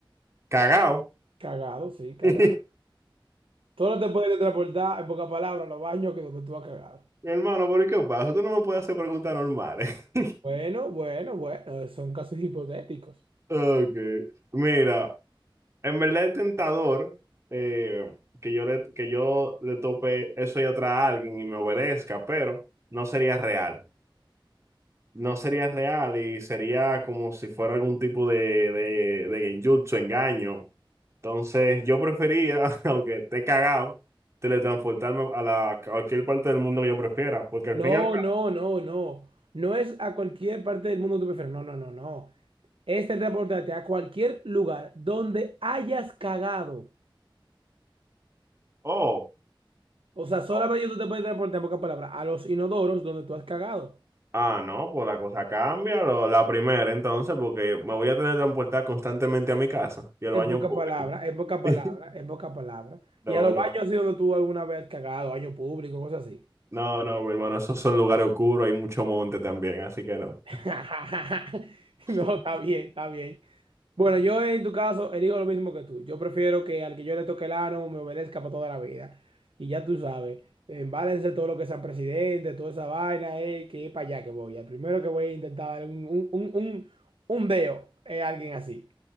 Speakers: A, on the right; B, on the right.
A: cagao.
B: Cagado, sí,
A: <laughs>
B: cagado.
A: Mi
B: Tú no te puedes transportar, en pocas palabras, a los baños que donde tú has cagado.
A: hermano, ¿por qué pasa? Tú no me puedes hacer preguntas normales. <laughs>
B: Bueno, bueno, bueno, son casos hipotéticos.
A: Ok. Mira, en verdad es tentador eh, que yo le, que yo le tope eso y atrás a alguien y me obedezca, pero no sería real. No sería real y sería como si fuera algún tipo de, de, de genjutsu, engaño Entonces, yo prefería, <laughs> aunque esté cagado, teletransportarme a la, cualquier parte del mundo que yo prefiera, porque al
B: No,
A: fin y al cabo,
B: no, no, no. No es a cualquier parte del mundo que tú prefieres. No, no, no, no. Es transportarte a cualquier lugar donde hayas cagado.
A: oh,
B: O sea, solamente
A: oh,
B: tú te puedes transportar en pocas palabras a los inodoros donde tú has cagado.
A: ah, no, pues la cosa cambia, lo- la primera, entonces, porque me voy a teletransportar constantemente a mi casa y al
B: En
A: baño
B: pocas
A: público.
B: palabras, en pocas palabras,
A: <laughs>
B: en pocas palabras.
A: No,
B: Y a los
A: no,
B: baños así donde tú alguna vez has cagado, baño público, cosas así.
A: no, no, mi hermano, esos son lugares oscuros, hay mucho monte también, así que no.
B: <laughs>
A: <laughs>
B: No, está bien, está bien. Bueno, yo en tu caso elijo lo mismo que tú. Yo prefiero que al que yo le toque el ano me obedezca para toda la vida. Y ya tú sabes, embálense todo lo que sean presidente, toda esa vaina, eh, que es para allá que voy. El primero que voy a intentar darle un, un, un, un, un deo es alguien así.